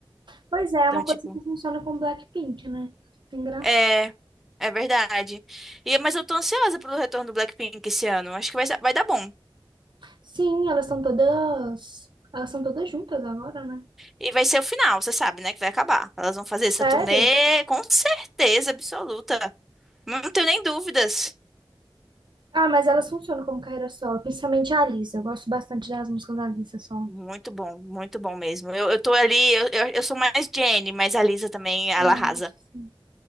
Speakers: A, on the right; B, in the centre.
A: Pois é, é
B: Então,
A: uma
B: tipo.
A: coisa que funciona com Blackpink, né? Engraçado.
B: É, é verdade. E, mas eu tô ansiosa pelo retorno do Blackpink esse ano. Acho que vai, ser- vai dar bom.
A: Sim, elas são todas. Elas são todas juntas agora, né?
B: E vai ser o final, você sabe, né? Que vai acabar. Elas vão fazer
A: Sério?
B: essa turnê com certeza absoluta. Não tenho nem dúvidas.
A: Ah, mas elas funcionam como carreira solo, principalmente a Lisa. Eu gosto bastante das músicas da Lisa solo.
B: Muito bom, muito bom mesmo. Eu, eu tô ali, eu, eu, eu sou mais Jennie, mas a Lisa também, ela
A: Amo,
B: arrasa.
A: nossa, sim.